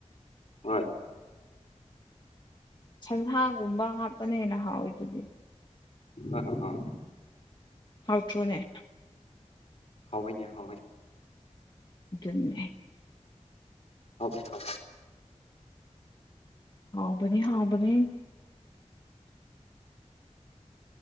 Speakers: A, on the left; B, on the left.
A: ꯍꯣꯏ
B: ꯁꯟꯁꯥꯒꯨꯝꯕ ꯍꯥꯞꯇꯅ ꯍꯦꯟꯅ ꯍꯥꯎꯋꯤ ꯑꯗꯨꯗꯤ
A: ꯑ ꯑ
B: ꯍꯥꯎ ꯊ꯭ꯔꯣꯅꯦ
A: ꯍꯥꯎꯋꯏꯅꯦ ꯍꯥꯎꯋꯏꯅꯦ
B: ꯑꯗꯨꯝꯃꯦ
A: ꯍꯕꯤ ꯍ
B: ꯍꯥꯎꯕꯅꯤ ꯍꯥꯎꯕꯅꯤ